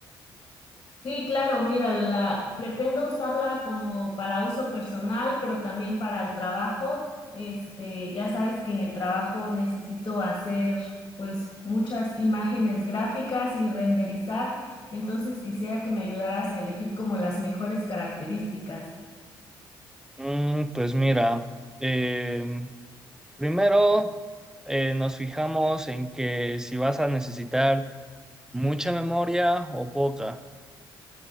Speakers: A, on the left; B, in the centre.
A: Sí, claro, mira, la, pretendo usarla como para uso personal, pero también para el trabajo. Este, ya sabes que en el trabajo necesito hacer pues muchas imágenes gráficas y renderizar, entonces quisiera que me ayudaras a elegir como las mejores características.
B: Mm, pues mira, em, primero eh, nos fijamos en que si vas a necesitar mucha memoria o poca.